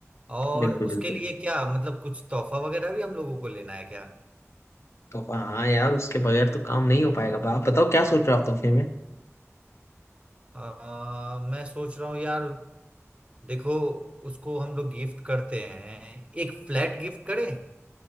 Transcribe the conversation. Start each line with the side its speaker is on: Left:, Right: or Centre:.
Right: और
Left: बिल्कुल
Right: उसके
Left: बिल्कुल
Right: लिए क्या मतलब कुछ तोहफा वगैरह भी हम लोगों को लेना है क्या
Left: तोहफा हाँ यार उसके बगैर तो काम नहीं हो पाएगा बा- आप बताओ क्या सोच रहे हो आप तोहफे में
Right: आ, मैं सोच रहा हूँ यार देखो उसको हम लोग गिफ्ट करते हैं एक फ्लैट गिफ्ट करें